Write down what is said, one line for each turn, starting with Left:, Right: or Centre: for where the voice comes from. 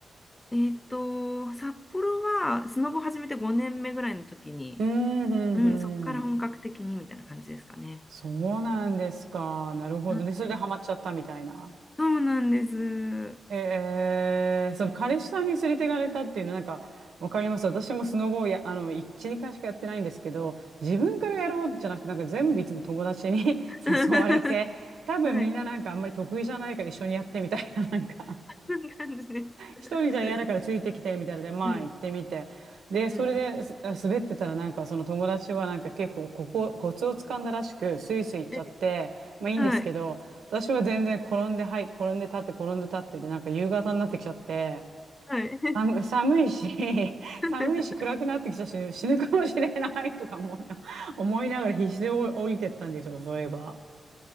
Left: えっと札幌はスノボ始めて5年目ぐらいの時に、
Right: うーん、うん、
Left: うん、そこから本格的にみたいな感じですかね。
Right: うん。そうなんですか。なるほど。
Left: あ
Right: で、それでハマっちゃったみたいな。
Left: そうなんです。
Right: えー、その彼氏さんに連れて行かれたっていうの、なんか、わかります。私もスノボをや、あの、いちに2しかやってないんですけど、自分からやろうじゃなくて、なんか全部いつも友達に <laughs>
Left: <laughs>
Right: 誘われて、多分みんななんかあんまり得意じゃないから一緒にやってみたいな、
Left: はい。
Right: なんか
Left: そんな感じです。
Right: 一人じゃ嫌だからついてきて、みたいなで、まあ行ってみて。
Left: うん
Right: で、それです滑ってたらなんかその友達はなんか結構ここ、
Left: うんうん。
Right: コツをつかんだらしく、スイスイ行っちゃって、
Left: で
Right: まあいいんですけど、
Left: はい。
Right: 私は全然転んで、はい、転んで立って、転んで立ってで、なんか夕方になってきちゃって、
Left: はい。
Right: 寒、寒いし、<laughs>
Left: <laughs>
Right: 寒いし暗くなってきたし、死ぬかもしれない <laughs> とか思うね、思いながら必死で降りてったんでしょ、そういえば。